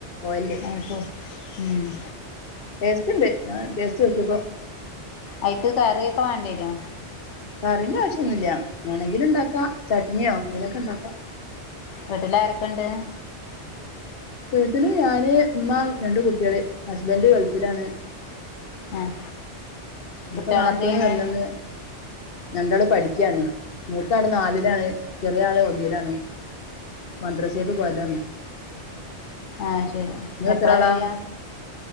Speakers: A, on the left; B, on the left.
A: ഓയിലില്
B: ആക്കും മ്മ്
A: ടേസ്റ്റ്ണ്ട് ടേസ്റ്റ് നോക്കിയപ്പോ
B: അയിക്ക് കറിയൊക്കെ വേണ്ടി വരോ
A: കറിന്റെ ആവശ്യൊന്നുല്ല വേണെങ്കില് ഉണ്ടാക്കാ ചട്നിയോ എങ്ങങ്കിലൊക്കെ ഉണ്ടാക്കാ
B: വീട്ടിലാരൊക്കെയിണ്ട്
A: വീട്ടില് ഞാന് ഉമ്മ രണ്ട് കുട്ടികള് ഹസ്ബൻഡ് ഗൾഫിലാണ്
B: ആഹ് കുട്ടികളെന്തെയ്യ്ണ്
A: ഇപ്പോ നാത്തൂന് വന്നണ്ട് രണ്ടാള് പഠിക്കുകയാണ് മൂത്താള് നാലിലാണ് ചെറിയ ആള് ഒന്നിലാണ് മദ്രസ്സക്കു പോയതാണ്
B: ആഹ്ശരി
A: നിങ്ങൾ
B: എപ്പളാ
A: എത്ര ആളാ
B: വരിക